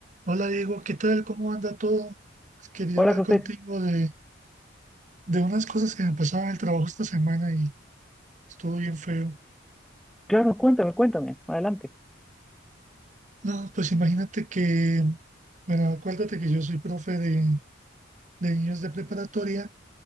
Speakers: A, on the right; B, in the centre.
A: Hola Diego, ¿qué tal? ¿Cómo anda todo? Quería
B: Hola,
A: hablar
B: José.
A: contigo de, de unas cosas que me pasaron en el trabajo esta semana y estuvo bien feo.
B: Claro, cuéntame, cuéntame. Adelante.
A: No, pues imagínate que, bueno, acuérdate que yo soy profe de, de niños de preparatoria